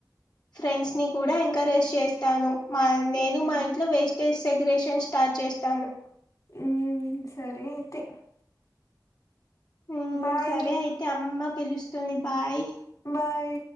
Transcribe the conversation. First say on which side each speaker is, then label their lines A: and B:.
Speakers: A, on the left (about 75°); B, on the left (about 55°).
A: ఫ్రెండ్స్ ని కూడా ఎంకరేజ్ చేస్తాను, మా నేను
B: హ్మ్.
A: మా ఇంట్లో వేస్ట్ స్టేజ్ సెగరేషన్ స్టార్ట్ చేస్తాను.
B: ఉమ్ సరే అయితే
A: ఉమ్
B: బాయ్.
A: సరే అయితే అమ్మ పిలుస్తుంది బాయ్
B: బాయి